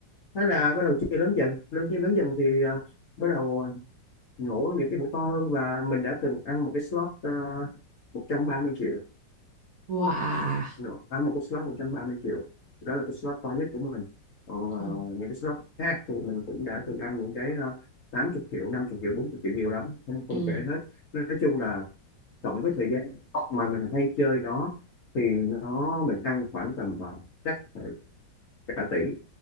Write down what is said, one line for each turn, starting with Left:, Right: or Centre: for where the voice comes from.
Left: thế là bắt đầu chơi lớn dần lớn chơi lớn dần thì ờ, bắt đầu nhổ những cái hũ to hơn và mình đã từng ăn một cái slot uh, một trăm ba mươi triệu
Right: Wow.
Left: nhổ, ăn một cái slot một trăm ba mươi triệu đó là cái slot to nhất của mình còn ờ,
Right: Ừ.
Left: những cái slot khác thì mình cũng đã từng ăn những cái uh, 80 triệu 50 triệu 40 triệu nhiều lắm không
Right: Ừ.
Left: không kể hết nói chung là tổng cái thời gian mà mình hay chơi đó thì nó mình ăn khoảng tầm ờ, chắc phải cả tỷ